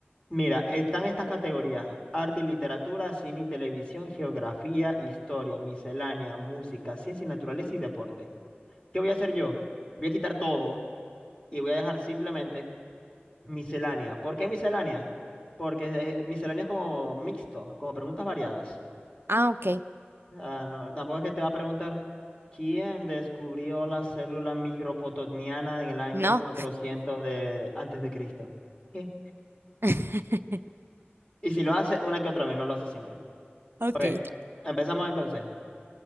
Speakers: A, on the left; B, on the right.
A: Mira, están estas categorías: arte y literatura, cine y televisión, geografía, historia, miscelánea, música, ciencia y naturaleza y deporte. ¿Qué voy a hacer yo? Voy a quitar todo y voy a dejar simplemente miscelánea. ¿Por qué miscelánea? Porque eh, miscelánea es como mixto, como preguntas variadas.
B: Ah, ok.
A: Ah, no, tampoco es que te va a preguntar quién descubrió la célula micropotoniana en el año
B: No.
A: 400 de, antes de Cristo. ¿Qué?
B: <laughs>
A: Y si lo hace una que otra vez, no lo hace siempre.
B: Ok,
A: Ok, empezamos entonces.